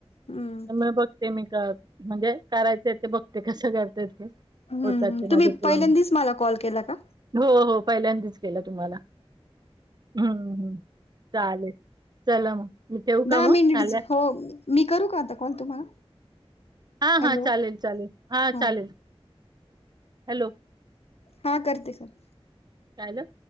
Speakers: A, on the left; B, on the right.
A: हम्म
B: <unintelligible> ते मी क म्हणजे करायचे ते बघते कसं करता ते.
A: ह्. हं.
B: होतात ते
A: तुम्ही
B: माझे पूर्ण
A: पहिल्यांदीच मला कॉल केला का?
B: हो. हो. पहिल्यांदीच केला तुम्हाला. हम्, हम्, चालेल. चला मग. मी ठेऊ का
A: दहा
B: मग.
A: हो.
B: झाल्या
A: मी करू का आता कॉल तुम्हाला?
B: हा.
A: हॅलो
B: हा. चालेल, चालेल. हा,
A: हो
B: चालेल. हॅलो.
A: हा. करते करते.
B: कायलं?